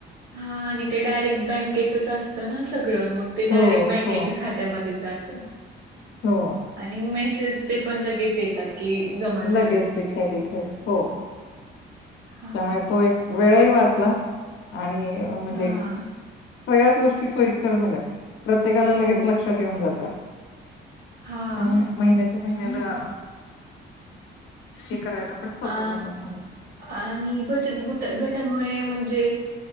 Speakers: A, on the right; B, on the left.
A: हा आणि ते डायरेक्ट बँकेचच असतं ना सगळं मग ते
B: हो
A: डायरेक्ट बँकेच्या
B: हो
A: खात्यामध्ये जात
B: हो
A: आणि मेसेज ते पण लगेच येतात की जमा झालेत
B: लगेच
A: म्हणून
B: तिथल्या तिथे हो
A: हा
B: त्याय तो एक वेळही वाचला आणि म्हज
A: हा
B: सगळ्याच गोष्टी सोयीस्कर झाल्या प्रत्येकाला लगेच
A: हो
B: लक्षात येऊन जातं
A: हा
B: त्यामुळे महिन्याच्या महिन्याला हे करायला पण सोपं
A: अ
B: झालं आम्हाला.
A: आणि बचत गुट गट त्यामुळे म्हणे